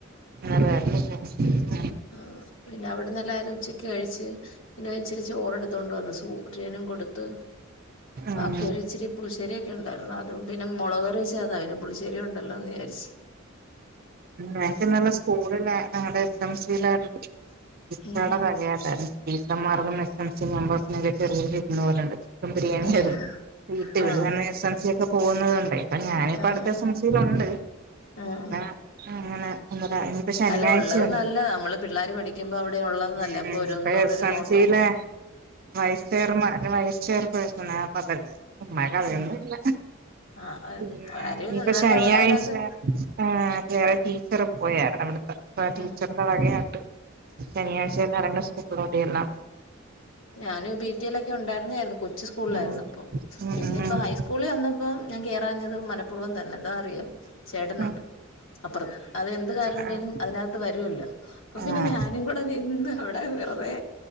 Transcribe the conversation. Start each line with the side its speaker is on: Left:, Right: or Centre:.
Right: <unintelligible>
Left: ഉം പിന്നെ അവിടുന്ന് എല്ലാരും ഉച്ചക്ക് കഴിച്ച് പിന്നെ ഇച്ചിരിചോറെടുത്തോണ്ട് വന്ന് സൂര്യനും കൊടുത്ത്
Right: ആഹ്
Left: ബാക്കി ഒരു ഇച്ചിരി പുളിശ്ശേരി ണ്ടായിരുന്നു അതും പിന്നെ മുളകറി വച്ചേതാ അയിനും പുളശ്ശേരി ഉണ്ടല്ലോന്ന് വിയാരിച്ച്.
Right: ഞനക്ക്ന്നല്ല സ്കൂളില ഞങ്ങളുടെ എസ് എം സയില ടിച്ചർടെ
Left: ഉം
Right: വലയതായിരുന്നു. സ മാർഗം എസ് എം സി മെമ്പേഴ്സിനക്കെറിയരു പോലുണ്ട്. ബിരിയണിയാവും
Left: ഉം ഉം
Right: വീട്ടി
Left: ആഹ്
Right: വിട എസ് എം സി ഒക്കെ പോകുന്നതുണ്ടേ. അപ്പൊ ഞാനിപ്പ
Left: ആഹ്
Right: അടുത്ത
Left: ആഹ്
Right: എസം സി ലുണ്ട് പിന്ന
Left: ആഹ് ആഹ്
Right: അങ്ങനെ അ ഇപ്പോ ശനിയാഴ്ചുണ്ട്.
Left: അല്ല ഉള്ളത് നല്ലതാ നമ്മള് പിള്ളേര് പഠിക്കുമ്പോ അവിടെ ഉള്ളത് നല്ലതാ
Right: ഉ
Left: ഒരു
Right: അപ്പൊ
Left: ഒന്നൂടെ ഒരു
Right: സ് എം
Left: നോട്ടവും
Right: സി അല്ലെ വൈസ് ചെയർമാർ വൈസ് ചെയർ പഴസ പദവി ഉ മ കർയൊന്നുല്ല.
Left: ഉം ആ
Right: പി
Left: ആരും
Right: ഇനിപ്പോ
Left: എന്നാലും
Right: ശരിയാഴ്ച
Left: അവള് അതിനകത്ത്
Right: ആഹ് ടീച്ചർ പോയായിരുന്നു. അവിടത്തെ അ ആ ടീച്ചറിന്റെ
Left: ഉം
Right: വകആയിട്ട് ശനിയാഴ്ച തന്നെ ഇറങ്ങണ്ട പുറോട്ടിയ എല്ലാം.
Left: ഞാനൻ പി ടി എൽ ഒക്കെ ഉണ്ടായിരുന്നരുന്നു. കൊച്ച് സ്കൂളിലായിരുന്നപ്പൊ.
Right: ഉം ഉം
Left: പിന്നെ
Right: ഉം
Left: ഇപ്പോ ഹൈസ്കൂളി വന്നപ്പോ ഞാൻ കേ പറഞ്ഞത് മനപ്പുർവ്വം തന്നെ. എല്ലാ അറിയ ചേട്ടനുണ്ട്.
Right: ഉം
Left: അപ്പുറത്ത് അത് എന്ത് കാര്യം
Right: ആഹ്
Left: ഒണ്ടേിലും അതിനകത്ത് വരുല്ലോ അപ്പ പിന്നെ
Right: ആഹ്
Left: ഞാനും കൂടെ നിന്ന് അവിടെ വെറുതെ